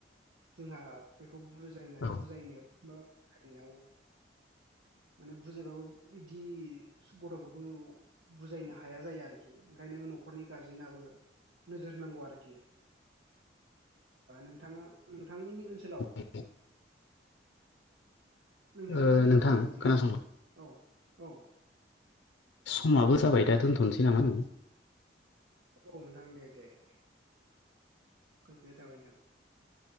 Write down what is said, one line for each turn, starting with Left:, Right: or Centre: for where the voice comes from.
Right: जोंहा बेखौ बुजायनाय
Left: औ
Right: बुजायनो बा बुजायनायाव माने बुजायबाबो बिदि गथ'फोरखौ बुजायनो हाया जायो आरोखि ओंखायनो न'खरनि गारजेनाबो नोजोर होनांगौ आरोखि नोंथाङा नोंथांमोननि ओनसोलाव
Left: <inaudible>
Right: नोंथांमोननि
Left: ओ नोंथां
Right: ओनसोलाव जिखिनि
Left: खोनासंलां
Right: औ औ
Left: समाबो जाबाय दा दोनथ'नोसै नामा नों?
Right: औ नोंथां दे, दे दे गोजोननाय थाबाय नोंथां।